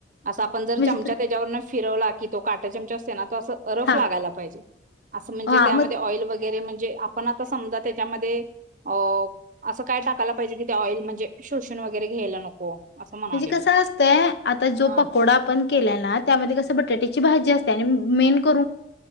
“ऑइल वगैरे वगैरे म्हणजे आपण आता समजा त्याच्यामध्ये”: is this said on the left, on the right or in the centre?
Right